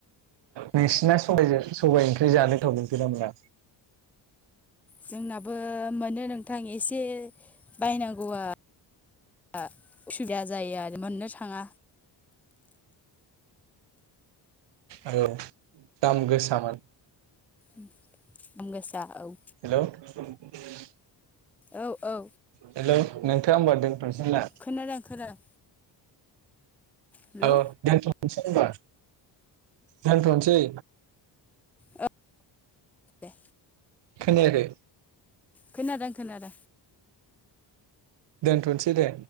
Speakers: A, on the right (about 70°); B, in the centre.
A: नोंसिना सबाइजों सबाइ ओंख्रि जानो <unintelligible> मोना
B: जोंनाबो मोनो नोंथां एसे बायनांगौआ आ उसुबिदा जायो आरो मोननो थाङा।
A: औ दाम गोसामोन।
B: ओम दाम गोसा औ।
A: हेलौ <inaudible>
B: औ औ
A: हेल' नोंथां होनबा दोनथ'सै ना
B: खोनादों खोनादों हेलौ
A: औ दोनथ'नसै होनबा दोनथ'नसै
B: औ दे
A: खोनायाखै
B: खोनादों खोनादों
A: <unintelligible> दोनथ'नसै दे